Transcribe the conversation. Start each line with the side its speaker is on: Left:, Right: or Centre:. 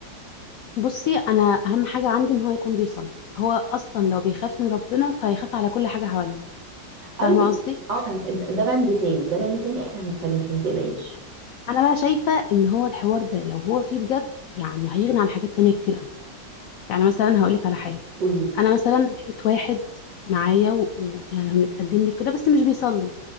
Left: بصي انا اهم حاجه عندي ان هو يكون بيصلي هو اصلا لو بيخاف من ربنا فهيخاف على كل حاجه حواليه فاهمه
Right: ايوه
Left: قصدي
Right: اه فاهم ده بند تاني ده بند تاني احنا هنتكلم فيه ما تقلقيش
Left: انا بقى شايفه ان هو الحوار ده لو هو فيه بجد يعني هيغني عن حاجات تانية كتير قوي يعني مثلا هقول لك على حاجه
Right: قولي لي
Left: انا مثلا لقيت واحد معايا ويعني متقدم لي كده بس مش بيصلي